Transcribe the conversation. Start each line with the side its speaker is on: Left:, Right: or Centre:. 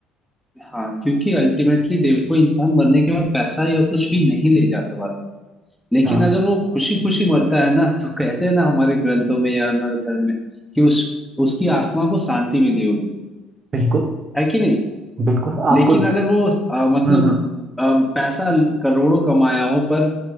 Centre: हाँ क्योंकि अल्टीमेटली देखो इंसान मरने के बाद पैसा या कुछ भी नहीं ले जाता पाता लेकिन
Right: हाँ
Centre: अगर वो खुशी खुशी मरता है ना तो कहते हैं ना हमारे ग्रंथों में या हमारे धर्म में कि उस उसकी आत्मा को शांति मिली होगी
Right: बिल्कुल
Centre: है कि नहीं
Right: बिल्कुल आपको
Centre: लेकिन अगर वो अ, मतलब
Right: हम्म हम्म
Centre: अ, पैसा करोड़ों कमाया हो पर